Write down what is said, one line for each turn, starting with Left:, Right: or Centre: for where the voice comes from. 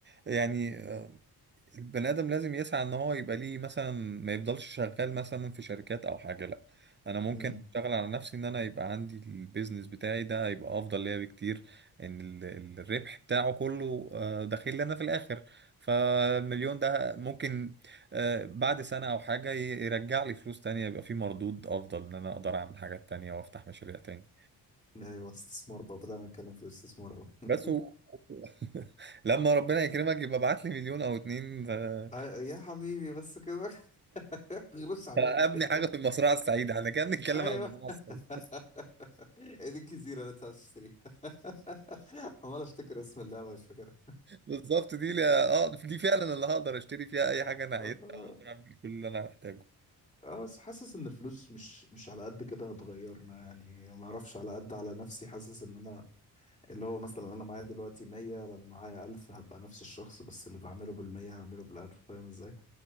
Right: يعني البني ادم لازم يسعى ان هو يبقى ليه مثلا ما يفضلش شغال مثلا في شركات او حاجه لا انا ممكن
Left: امم
Right: اشتغل على نفسي ان انا يبقى عندي البيزنس بتاعي ده هيبقى افضل ليا بكتير ان ال- ال- الربح بتاعه كله آه، داخل لي انا في الاخر فالمليون ده ممكن آه، بعد سنه او حاجه ي- يرجع لي فلوس تانية يبقى في مردود افضل ان انا اقدر اعمل حاجات تانية وافتح مشاريع تاني
Left: ايوه استثمار بقى بدأنا نتكلم في الاستثمار قوي
Right: بس و... <laughs> لما ربنا يكرمك يبقى ابعت لي مليون او اتنين آه،
Left: <laughs> يا حبيبي بس كده <laughs> غلوش عليك
Right: ابني حاجه في المزرعه السعيده احنا كنا بنتكلم
Left: ايوه
Right: عن المزرعه السعيده
Left: <laughs> ايدين كثيره لا تشتري <laughs> عمال افتكر اسم اللعبه مش فاكرها
Right: بالظبط دي لي اه دي فعلا اللي هقدر اشتري فيها اي حاجه انا عايزها
Left: اه
Right: اقدر اعمل كل اللي انا محتاجه
Left: آه، بس حاسس ان الفلوس مش مش على قد كده هتغيرنا يعني ما اعرفش على قد على نفسي حاسس ان انا اللي هو مثلا انا معايا دلوقتي 100 لما معايا 1000 هبقى نفس الشخص بس اللي بعمله بال100 هعمله بال1000 فاهم ازاي